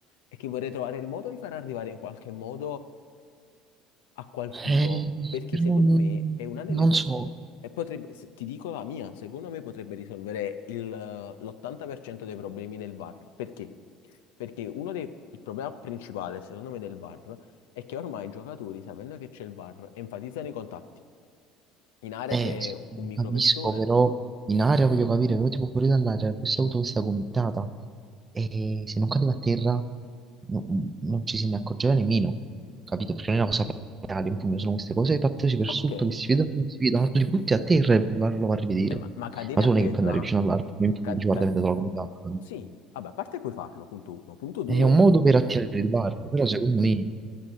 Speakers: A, on the left (about 80°); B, on the right (about 25°).
A: e che vorrei trovare il modo di far arrivare in qualche modo a qualcuno,
B: Eh,
A: perché
B: però
A: secondo
B: non,
A: me è una delle
B: non
A: cose,
B: so,
A: e potrebbe, se- ti dico la mia, secondo me potrebbe risolvere il, eh, l'80% dei problemi del VAR. Perché? Perché uno dei, il problema principale, secondo me, del VAR è che ormai i giocatori, sapendo che c'è il VAR, enfatizzano i contatti. In area
B: Eh,
A: c'è
B: lo
A: un micropestone.
B: capisco, però in aria voglio capire, però tipo fuori dall'aria questa auto questa gomitata e se non cadeva a terra no- non ci se ne accorgeva nemmeno, capito? Perché non è una cosa reale, un pugno, sono queste cose fatte così per
A: Ok,
B: sotto
A: eh,
B: che si vedono, non si vedono, tu li butti a terra e va- lo va a rivedere.
A: ma, ma cadere
B: Ma tu
A: a terra...
B: non è che puoi andare vicino all'albero e
A: ca-
B: dici guarda
A: ca-
B: è diventata la gomitata. capito?
A: sì, vabbè, a parte puoi farlo, punto uno. Punto due,
B: È un modo per attirare il bar, però secondo me,